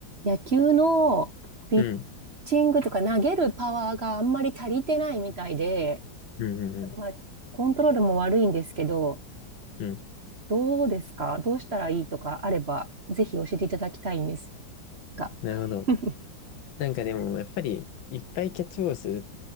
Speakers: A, on the right; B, on the left.
A: 野球のピッ
B: うん、
A: チングとか投げるパワーがあんまり足りてないみたいで、
B: うん、うん、うん。
A: あとまあ、コントロールも悪いんですけど、
B: うん
A: どうですかどうしたらいいとかあれば、ぜひ教えていただきたいんですが。
B: なるほど。
A: <laughs>
B: なんかでも、やっぱり、いっぱいキャッチボールする。